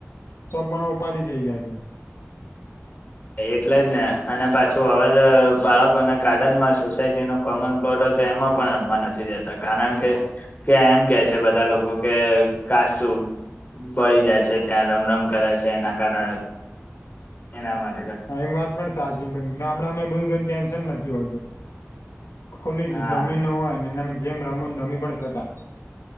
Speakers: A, on the left (about 85°); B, on the left (about 35°).
A: તો પણ ઉપાડી થઇ જાય છે.
B: એટલે જ ને અને પાછું હવે તો બાળકોને ગાર્ડનમાં સોસાયટી નો કોમન પ્લોટ તો એમાં પણ રમવા નથી દેતા કારણ કે કે એમ કે છે, બધા લોકો કે કાસું બળી જાય છે, ત્યાં રમ રમ કરે છે, એના કારણે એના મા
A: હા એમ વાત પણ સાચી ગામડામાં બધું ટેન્શન નથી હોતું ખુલી
B: હા
A: જમીનો હોય ને એને જેમ રમોને રમી પણ શકાય